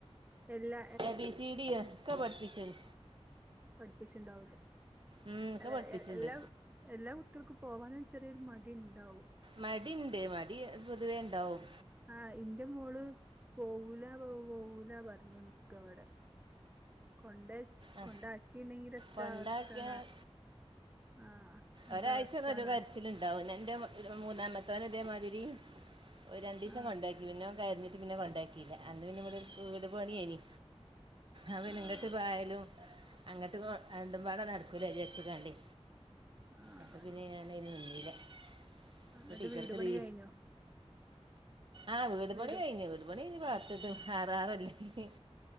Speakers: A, on the right; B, on the right.
A: എല്ല
B: എ ബി സീ ഡി ഒക്കെ പഠിപ്പിച്ച്ണ്
A: പഠിപ്പിച്ചിണ്ടാവുലെ
B: ഉം, ഒക്കെ
A: അല്ല
B: പഠിപ്പിച്ചിട്ടുണ്ട്
A: എല്ലാ എല്ലാ കുട്ട്യാൾക്കും പോവാനൊരു ചെറിയൊരു മടിണ്ടാവും
B: മടിണ്ട് മടി പൊതുവേ ഉണ്ടാവും
A: ആഹ് ഇന്റെ മോള് പോവൂല പോവൂല പറഞ്ഞ് നിക്കാവിടെ കൊണ്ടച്ച്
B: ആ
A: കൊണ്ടാക്കിണ്ടെങ്കിൽ എത്താ
B: കൊണ്ടാക്കിയാൽ
A: അവസ്ഥന്നാ ആഹ് എന്താ
B: ഒരാഴ്ച
A: അവസ്ഥന്ന
B: നല്ല കരച്ചിലുണ്ട് <unintelligible> ഇന്റെ മൂന്നാമത്തോന് ഇതേമാതിരി ഒ രണ്ടീസം
A: ആഹ്
B: കൊണ്ടെ പിന്നെ ഓൻ കര്ഞ്ഞിട്ട് പിന്നെ കെണ്ടയ്ക്കീലാ അന്ന് പിന്നെ ഇവ്ടെ ഒര് വീട് പണ്യേനി അത്പിന്നെ
A: ആഹ്
B: ഇങ്ങട്ട് പായലും അങ്ങട്ട് രണ്ടും പാട നടക്കൂല വിജാരിച്ച് കാണ്ടെ
A: ആഹ്
B: അപ്പ പിന്നെ ഞാനയ്ന് നിന്നീലാ
A: എന്നിട്ട്
B: പ്പ ടീച്ചർക്ക്ത്
A: വീട് പണി കഴിഞ്ഞോ
B: ആഹ് വീട്
A: വീടും
B: പണി കഴിഞ്ഞ് വീട് പണി കഴിഞ്ഞ് പാർത്തിട്ട് <unintelligible>